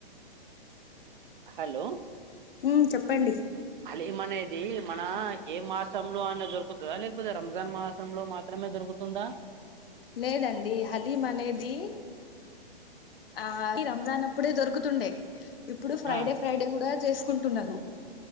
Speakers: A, on the right; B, on the left.
A: హలో
B: ఉ చెప్పండి
A: అలీం అనేది మన ఏ మాసం లో ఆనే దొరుకుతుందా లేకపోతే రంజాన్ మాసంలో మాత్రమే దొరుకుతుందా
B: లేదండి హలీం అనేది ఆ రంజాన్ అప్పుడే దొరుకుతుండే ఇప్పుడు ఫ్రైడే
A: ఆ
B: ఫ్రైడే కూడా చేసుకుంటున్నారు